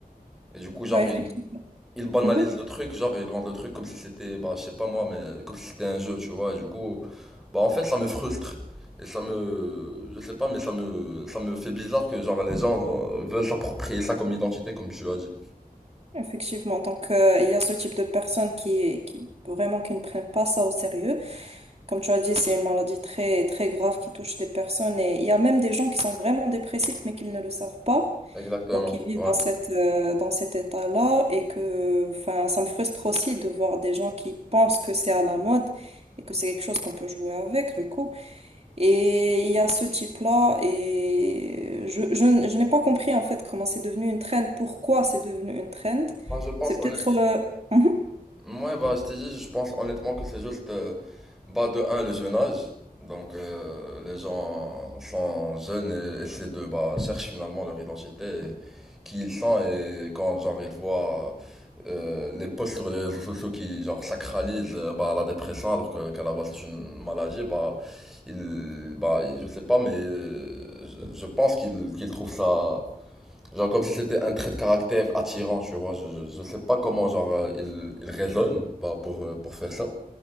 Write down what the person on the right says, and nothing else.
Ouais,
effectivement.
Mhm.
Effectivement. Donc euh, il y a ce type de personnes qui qui vraiment qui ne prennent pas ça au sérieux. Comme tu as dit, c'est une maladie très, très grave qui touche des personnes et il y a même des gens qui sont vraiment dépressifs mais qu'ils ne le savent pas.
Donc, ils vivent
dans cette, euh, dans cet état-là et que, enfin, ça me frustre aussi de voir des gens qui pensent que c'est à la mode et que c'est quelque chose qu'on peut jouer avec, du coup. Et il y a ce type-là et je, je, n- je n'ai pas compris, en fait, comment c'est devenu une trend, pourquoi c'est devenu une trend.
C'est
peut-être, euh, mhm.